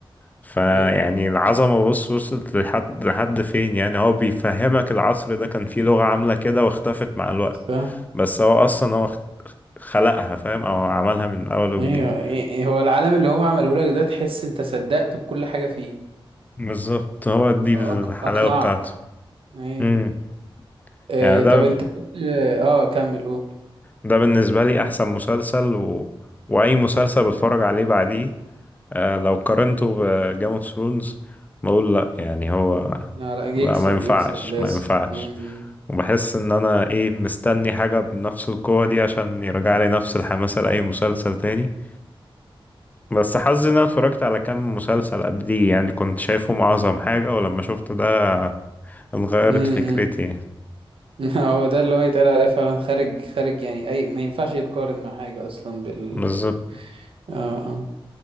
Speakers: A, on the left; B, on the right.
A: فيعني
B: ايه
A: العظمة بص وصلت لحد لحد فين يعني هو بيفهمك العصر ده كان فيه لغة عاملة كده واختفت مع الوقت
B: ف
A: بس هو أصلا هو اخت- خلقها فاهم أو عملها من أول وجديد
B: ايوه إيه إيه هو العالم اللي هو عمله لك ده تحس انت صدقته بكل حاجة فيه
A: بالظبط هو دي
B: أق...
A: الحلاوة
B: اقنعك
A: بتاعته
B: ايوه
A: امم
B: إيه
A: يعني ده
B: طب انت كنت اه كمل قول
A: ده بالنسبة لي أحسن مسلسل و... وأي مسلسل بتفرج عليه بعديه آه لو قارنته بجيم اوف ثرونز بقول لأ يعني هو
B: لا لا يكسب
A: لا ما ينفعش
B: يكسب لازم
A: ما ينفعش
B: امم
A: وبحس ان انا ايه مستني حاجة بنفس القوة دي عشان يرجع لي نفس الحماسة لأي مسلسل تاني بس حظي ان انا اتفرجت على كام مسلسل قبليه يعني كنت شايفهم اعظم حاجة ولما شفت ده اتغيرت
B: امم
A: فكرتي
B: <laughs> هو ده اللي هو يتقال عليه فعلا خارج خارج يعني اي ما ينفعش يتقارن مع حاجة اصلا بال
A: بالظبط
B: اه اه